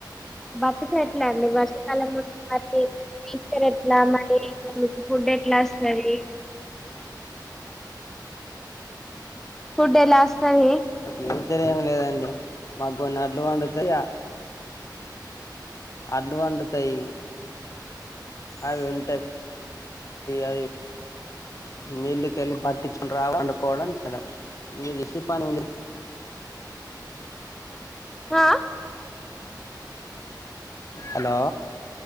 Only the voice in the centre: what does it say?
భట్ చెట్ల ఆర్ మీ వర్షకాలం ముందు మరీ నేచర్ ఎట్లా మరీ ఫుడ్ ఎట్లా వస్తంది ఫుడ్ ఎలా వస్తది
ఆ